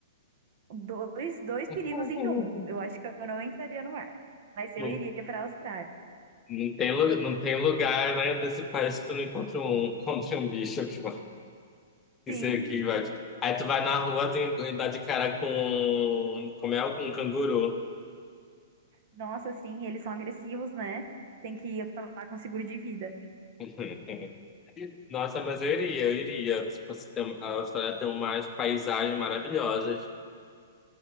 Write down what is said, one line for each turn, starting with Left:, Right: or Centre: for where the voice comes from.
Right: dois, dois
Left: <laughs>
Right: perigos em um. Eu acho que eu não entraria no mar. Mas eu
Left: Não
Right: iria para a Austrália.
Left: Não tem, lu- não tem lugar, né, nesse país que tu não encontra um, <laughs> encontra um bicho que vai, que
Right: Sim.
Left: se- que vai. Aí tu vai na rua tem, e dá de cara com, como é, um canguru.
Right: Nossa, sim, eles são agressivos, né? Tem que ir pra lá com seguro de vida.
Left: <laughs> Nossa, mas eu iria, eu iria. Tipo, se tem- a Austrália tem umas paisagens maravilhosas.